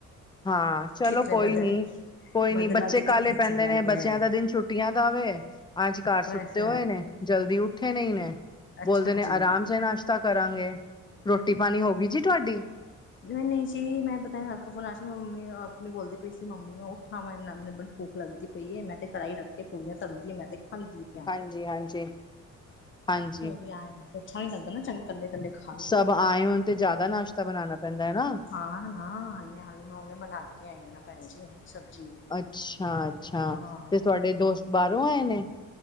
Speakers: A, on the left (about 15°); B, on the left (about 40°).
A: ਹਾਂ। ਚਲੋ
B: ਕਿੱਥੇ
A: ਕੋਈ
B: ਬਦਲ
A: ਨੀ। ਕੋਈ
B: ਬਦਲਾ
A: ਨੀ। ਬੱਚੇ
B: ਤੇ
A: ਕਾਲੇ,
B: ਕਿੱਥੇ
A: ਪੈਂਦੇ
B: ਚਲਾ
A: ਨੇ,
B: ਗਿਆ
A: ਬੱਚਿਆਂ ਦਾ ਦਿਨ ਛੁੱਟੀਆਂ ਦਾ ਆਵੇ। ਅੱਜ ਘਾਰ ਸੁੱਤੇ
B: ਬਸ
A: ਹੋਏ ਨੇ, ਜਲਦੀ ਉੱਠੇ ਨਹੀਂ ਨੇ।
B: ਅੱਛਾ
A: ਬੋਲਦੇ ਨੇ
B: ਜੀ।
A: ਆਰਾਮ ਚ, ਨਾਸ਼ਤਾ ਕਰਾਂਗੇ। ਰੋਟੀ- ਪਾਣੀ ਹੋ ਗਈ, ਜੀ ਤੁਹਾਡੀ?
B: ਮੈਂ ਨਹੀਂ ਸੀ। ਮੈਂ ਪਤਾ ਰਾਤ ਮੈਂ ਫੋਨ ਆਆ ਸੀ, ਮੰਮੀ ਆਪਣੀ ਬੋਲਦੀ ਪਈ ਸੀ। ਮੰਮੀ ਮੈਂ ਉਹ। ਥਾਵਾ ਐਨ ਨਾਲ, ਭੂਕ ਲੱਗਦੀ ਪਈਏ। ਮੈਂ ਤੇ ਕੜਹੀ ਰੱਖ ਕੇ, ਪੂੜੀਆਂ ਤਲਦੀ। ਮੈਂ ਤੇ ਖਾਂਦੀ। ਆ।
A: ਹਾਂਜੀ- ਹਾਂਜੀ, ਹਾਂਜੀ।
B: ਛਾ ਨੀ, ਲੱਗਦਾ ਨਾ, ਚੰਗਾ। ਇਕੱਲੇ ਕੱਲੇ ਖਾਓ।
A: ਸਭ ਆਏ ਹੋਣ ਤੇ, ਜ਼ਿਆਦਾ ਨਾਸ਼ਤਾ ਬਣਾਉਣਾ ਪੈਂਦਾ ਹੈ, ਨਾ।
B: ਹਾਂ, ਨਾ ਆਲੂ ਮੈਂ ਉਹਨੇ ਬਣਾ ਕੇ ਆਈ ਹਾਂ। ਪੰਜੀ, ਸਬਜ਼ੀ।
A: ਅੱਛਾ- ਅੱਛਾ,
B: ਹਾਂ।
A: ਤੇ ਤੁਹਾਡੇ ਦੋਸਤ, ਬਾਹਰੋਂ ਆਏ ਨੇ?